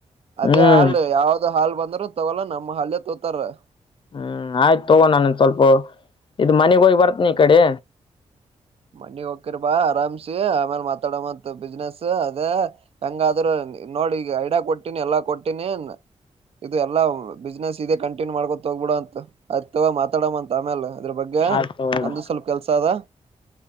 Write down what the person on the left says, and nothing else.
ಹ್ಮ್
ಹ್ಮ್ ಆಯ್ತು ತಗೋಣಾನಂದ ಸ್ವಲ್ಪ ಇದ ಮನೆಗ್ ಹೋಗಿ ಬರ್ತನ ಈ ಕಡೆ
ಆಯ್ತ್ ತಗೋ ಇಡು.